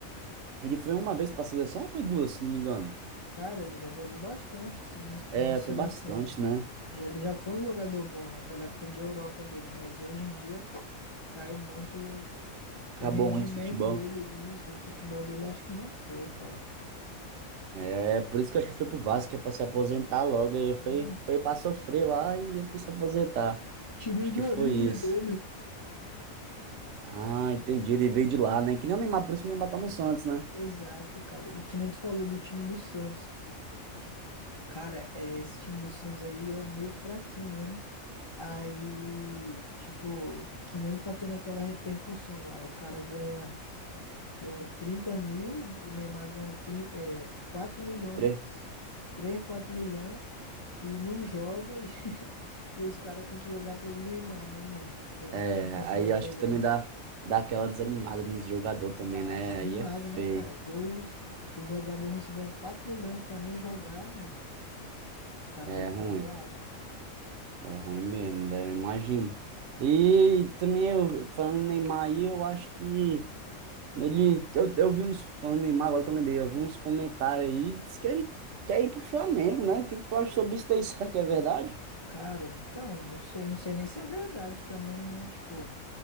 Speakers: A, on the right (about 65°); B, on the left (about 35°).
A: ele foi uma vez para a seleção ou foi duas, se não me engano?
B: Cara, ele já jogou bastante, assim, na es-
A: É,
B: na seleção.
A: foi bastante, né?
B: Já, ele já foi um jogador bom naquela época de Europa dele, mas hoje em dia <tsk> caiu muito
A: Acabou
B: o rendimento
A: muito o futebol.
B: dele e isso, e o futebol dele acho que já foi, cara.
A: É, por isso que eu acho que foi pro Vasco, que é pra se aposentar logo. Ele
B: É,
A: foi, foi pra sofrer lá e depois se aposentar.
B: time
A: Acho
B: de
A: que
B: origem
A: foi isso.
B: dele.
A: Ah, entendi. Ele veio de lá, né? Que nem o Neymar, por isso que o Neymar tá no Santos, né?
B: Exato, cara. E que nem tu falou do time do Santos. Cara, é, esse time do Santos aí é meio fraquinho mesmo. Aí, tipo, que nem tá tendo aquela repercussão lá. O cara ganha Ganha 30 mil, o Neymar ganha tri- é, 4 milhões,
A: Três.
B: três quatro milhões e não joga. E, <laughs> e os caras têm que jogar pelo Neymar, né, mano? Porque o Neymar
A: É,
B: não consegue
A: aí acho
B: jogar.
A: que também dá, dá aquela desanimada nos jogador também,
B: Dá
A: né?
B: uma desanimada,
A: Aí é
B: né,
A: feio.
B: cara? Ver o, o jogador recebendo 4 milhões pra nem jogar, mano. Os caras
A: É
B: devem ficar
A: ruim,
B: zoados.
A: é ruim mesmo, né? Eu imagino. E também, eu, falando em Neymar aí, eu acho que ele. Eu, eu vi uns. Falando em Neymar, agora que eu lembrei, eu vi uns comentários aí, diz que ele quer ir pro Flamengo, né? O que que tu acha sobre isso daí? <laughs> Será que é verdade?
B: Cara, então, não sei, não sei nem se é verdade também, né? Tipo,